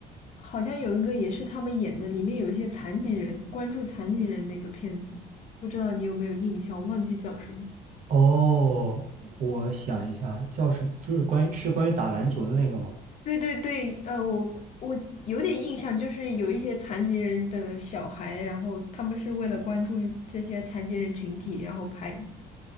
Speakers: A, on the left; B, on the right.
A: 好像有一个也是他们演的，里面有一些残疾人，关注残疾人那个片子，不知道你有没有印象，我忘记叫什么。
B: 哦，嗯我想一下，叫什么？就是关于是关于打篮球的那个吗？
A: 对对对，呃，我我有点印象，就是有一些残疾人的小孩，然后他们是为了关注这些残疾人群体，然后拍的。